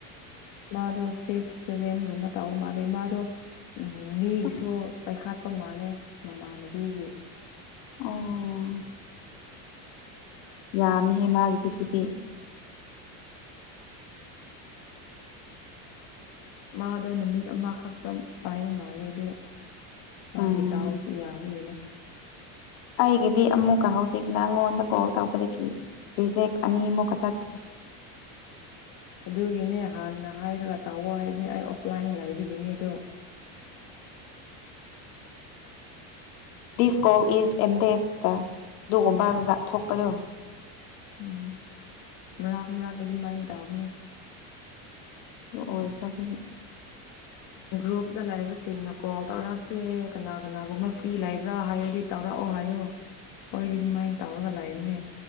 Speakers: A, on the left; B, on the left.
A: ꯃꯥꯗꯣ ꯁꯤꯛꯁ ꯁꯚꯦꯟꯒꯨꯝꯕ ꯇꯥꯕ ꯃꯥꯂꯦ ꯃꯥꯗꯣ ꯎ ꯃꯤꯁꯨ
B: ꯑꯁ
A: ꯄꯩꯈꯥ ꯆꯄ ꯃꯥꯜꯂꯦ ꯃꯃꯥꯟꯅꯕꯤꯒꯤ
B: ꯑꯣ ꯌꯥꯝꯃꯦꯍꯦ ꯃꯥꯒꯤꯗꯤꯗꯨꯗꯤ
A: ꯃꯥꯗꯣ ꯅꯨꯃꯤꯠ ꯑꯃꯈꯛꯇꯪ ꯄꯥꯏꯕ ꯃꯥꯜꯂꯦ ꯑꯗ ꯃꯥꯒꯤ
B: ꯎꯝ
A: ꯗꯎꯁꯨ ꯌꯥꯕ ꯌꯦꯅꯦ
B: ꯑꯩꯒꯤꯗꯤ ꯑꯃꯨꯛꯀ ꯍꯧꯖꯤꯛ ꯅꯪꯉꯣꯟꯗ ꯀꯣꯜ ꯇꯧꯕꯗꯒꯤ ꯔꯤꯖꯦꯛ ꯑꯅꯤ ꯃꯛ ꯀꯆꯇ꯭ꯔ
A: ꯑꯗꯨꯒꯤꯅꯦ ꯍꯥꯟꯅ ꯍꯥꯏꯔꯒ ꯇꯥꯑꯣ ꯍꯥꯏꯕꯅꯦ ꯑꯩ ꯑꯣꯐꯂꯥꯏꯟ ꯂꯩꯕꯒꯤꯅꯦ ꯑꯗꯨꯗ
B: this call is ended ꯑꯗꯨꯒꯨꯝꯕ ꯊꯣꯛꯄꯗꯣ
A: ꯎꯝ ꯃꯔꯥꯛ ꯃꯥꯛꯀ ꯑꯗꯨꯝ ꯃꯥꯏꯅ ꯇꯥꯕꯅꯦ
B: ꯑꯗꯨ ꯑꯣꯏꯈꯕꯤ
A: ꯒ꯭ꯔꯨꯞꯇ ꯂꯩꯕꯁꯤꯡꯅ ꯀꯣꯜ ꯇꯧꯔꯛꯀꯦ ꯀꯅꯥ ꯀꯅꯥꯒꯨꯝꯕ ꯐ꯭ꯔꯤ ꯂꯩꯕ꯭ꯔꯥ ꯍꯥꯏꯌꯣꯗꯤ ꯇꯧꯔꯛꯑꯣ ꯍꯥꯏꯌꯣ ꯍꯣꯏꯗꯤ ꯑꯗꯨꯃꯥꯏꯅ ꯇꯧꯔꯒ ꯂꯥꯛꯕꯅꯦ